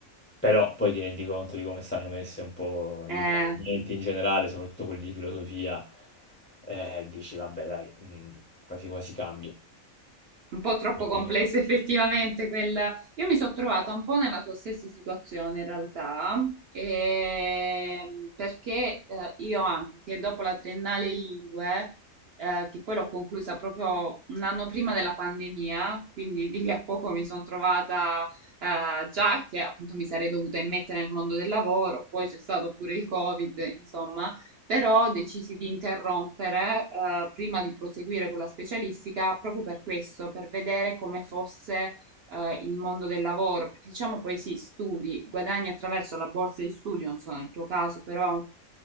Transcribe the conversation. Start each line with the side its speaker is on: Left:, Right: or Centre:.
Left: però poi ti rendi conto di come stanno messe un po' i
Right: Eh.
Left: dipartimenti in generale, soprattutto quelli di filosofia, eh, dici, vabbè, dai, mm, quasi quasi cambio.
Right: Un po' troppo complesso
Left: Eh,
Right: <laughs> effettivamente quel... Io mi sono trovata un po' nella tua stessa situazione in realtà, ehm, perché eh, io anche dopo la triennale in lingue, eh, che poi l'ho conclusa proprio un anno prima della pandemia, quindi di lì a poco mi sono trovata eh, già che appunto mi sarei dovuta immettere nel mondo del lavoro, poi c'è stato pure il Covid, insomma però decisi di interrompere, eh, prima di proseguire con la specialistica, proprio per questo, per vedere come fosse, eh, il mondo del lavoro, perché diciamo poi sì, studi, guadagni attraverso la borsa di studio, non so nel tuo caso, però